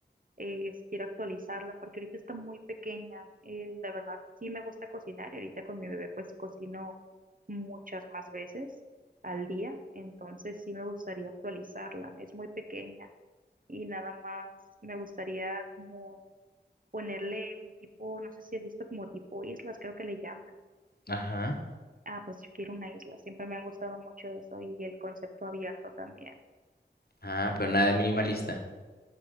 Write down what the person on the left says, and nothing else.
Ajá.
Ah, pero nada de minimalista.